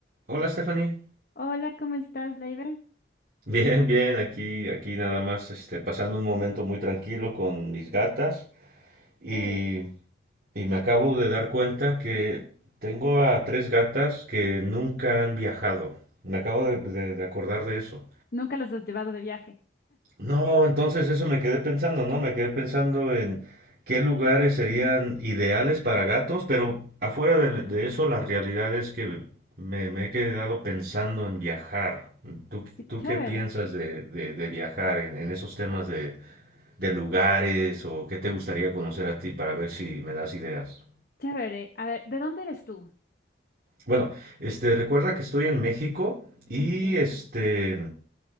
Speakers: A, on the right; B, on the left.
A: Hola, Stephanie.
B: Hola, ¿cómo estás, Leiber?
A: Bien, bien, aquí, aquí nada más, este, pasando un momento muy tranquilo con mis gatas y,
B: Chévere.
A: y me acabo de dar cuenta que tengo a tres gatas que nunca han viajado. Me acabo de, de- de acordar de eso.
B: Nunca los has llevado de viaje.
A: No, entonces eso me quedé pensando, ¿no? Me quedé pensando en qué lugares serían ideales para gatos, pero afuera de, de eso, la realidad es que me, me he quedado pensando en viajar. ¿Tú,
B: Qué
A: tú
B: chévere,
A: qué piensas de, de- de viajar en, en esos temas de, de lugares o qué te gustaría conocer a ti para ver si me das ideas?
B: chévere. A ver, ¿de dónde eres tú?
A: Bueno, este, recuerda que estoy en México y
B: Perfecto.
A: este,